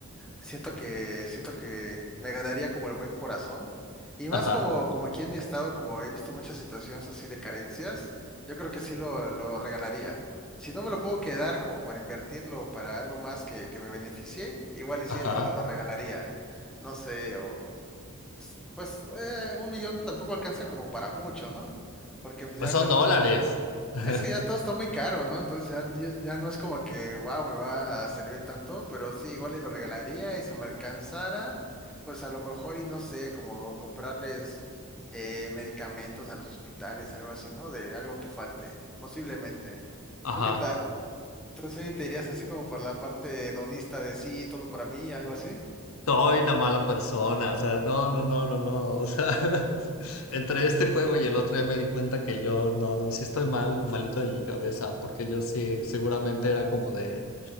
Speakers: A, in the centre; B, on the left (about 70°).
A: Siento que, siento que me ganaría como el buen corazón. Y
B: Ajá,
A: más como, como aquí en mi estado, como he visto muchas situaciones así de carencias, yo creo que sí lo, lo regalaría. Si no me lo puedo quedar como para invertirlo para algo más que, que me beneficie, igual y sí
B: ajá.
A: lo, lo regalaría. No sé, o pues eh, un millón tampoco alcanza como para mucho, ¿no? Porque pues
B: Pues
A: ya ahorita
B: son dólares.
A: todo,
B: <laughs>
A: es que ya todo está muy caro, ¿no? Entonces ya, ya, ya no es como que, wow, me va a servir tanto, pero sí, igual y lo regalaría y si me alcanzara, pues a lo mejor y no sé, como comprarles eh, medicamentos a los hospitales, algo así, ¿no? De algo que falte, posiblemente.
B: Ajá.
A: ¿Tú qué tal? Entonces sí, te irías así como por la parte donista de sí, todo para mí, algo así.
B: Soy una mala persona, o sea, no, no, no, no, no, o sea, <laughs> entre este juego y el otro ya me di cuenta que yo, no, no, sí estoy mal, malito de mi cabeza, porque yo sí, seguramente era como de,